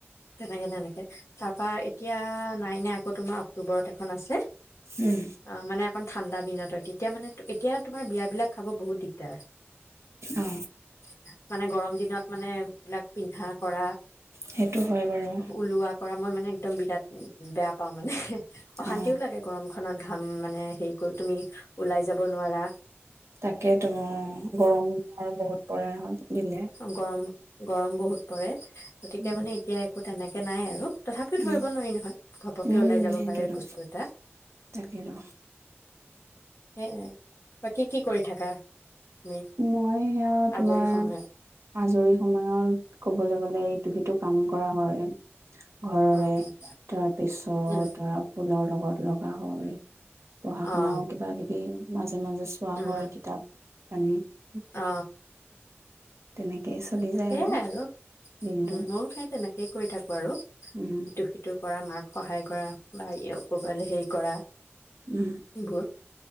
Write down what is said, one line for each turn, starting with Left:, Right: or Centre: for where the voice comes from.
Left: তেনেকে নে এনেকে তাৰাপা এতিয়া নাই নাই তোমাৰ অক্টোবৰত এখন আছে <inaudible>
Right: উম
Left: অ মানে অকন ঠাণ্ডা দিনত হয় তেতিয়া মানে তো এতিয়া তোমাৰ বিয়াবিলাক খাব বহুত দিগদাৰ
Right: অ
Left: <unintelligible> মানে <unintelligible> দিনত মানে এই বিলাক পিন্ধা কৰা
Right: সেইটো হয় বাৰু
Left: ওলোৱা কৰা মই মানে একদম বিৰাট বেয়া পাওঁ মানে অশান্তিও
Right: অ
Left: লাগে গৰম খ খনত ঘাম মানে হেৰি কতো তুমি ওলাই যাব নোৱাৰা
Right: তাকে তোমাৰ গৰমো তোমাৰ বহুত পৰে নহয় দিলে
Left: অ গৰম গৰম বহুত পৰে গতিকে
Right: উম
Left: মানে এতিয়া একো তেনেকৈ নাই আৰু তথাপিও ধৰিব
Right: উম
Left: নোৱাৰি নহয়, ঘপককে
Right: উম
Left: ওলাই যাব
Right: সেইটোৱেতো
Left: পাৰে বস্তু এটা
Right: তাকেতো
Left: এ, বাকী কি কৰি থাকা তুমি
Right: মই সেয়া তোমাৰ
Left: আজৰি সময়ত
Right: আজৰি সময়ত, কবলৈ গলে এইটো সিটো কাম কৰা হয় ঘৰৰে,
Left: অ'
Right: তাৰপিছত
Left: উম
Right: ধৰা ফুলৰ লগত লগত লগা হয় পঢ়া
Left: অ'
Right: শুনাও কিবা কিবি, মাজে মাজে চোৱা
Left: উম
Right: হয় কিতাপ <unintelligible>
Left: অ
Right: তেনেকেই চলি
Left: তাৰপা
Right: যায়
Left: সেয়াই আৰু,
Right: দিনটো
Left: উম ময়ো সেই তেনেকে সেই কৰি থাকোঁ আৰু
Right: উম
Left: ইটো সিটো কৰা মাক সহায় কৰা বা ই কবালৈ হেৰি কৰা,
Right: উম
Left: এইবোৰ